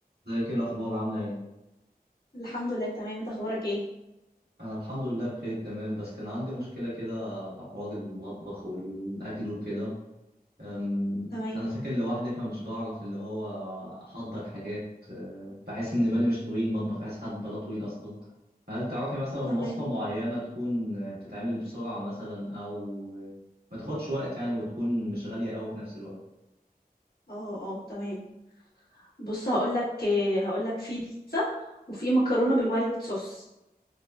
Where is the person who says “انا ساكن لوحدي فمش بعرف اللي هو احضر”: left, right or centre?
Right